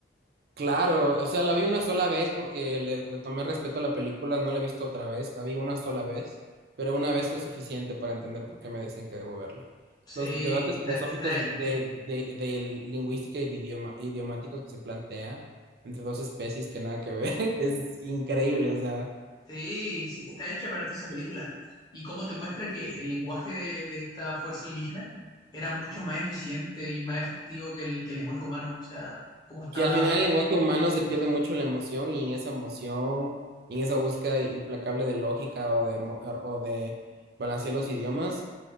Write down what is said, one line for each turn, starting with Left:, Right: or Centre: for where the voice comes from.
Right: Claro, o sea, la vi una sola vez porque le, le tomé respeto a la película, no la he visto otra vez, la vi una sola vez, pero una vez fue suficiente para entender por qué me decían que debo verla.
Left: Sí,
Right: Los debates filosóficos
Left: está, está,
Right: de,
Left: eh,
Right: de, de lingüística y de idioma, idiomáticos que se plantea entre dos especies que nada que ver, <laughs> es increíble, o sea,
Left: sí, sí, está hecha para ti esa película. ¿Y cómo te muestra que el lenguaje de, de esta fuerza alienígena era mucho más eficiente y más efectivo que el, que el lenguaje humano? O sea, cómo estaba...
Right: que al final el lenguaje humano se pierde mucho la emoción y en esa emoción, y en esa búsqueda implacable de lógica o de, mo- er, o de balancear los idiomas,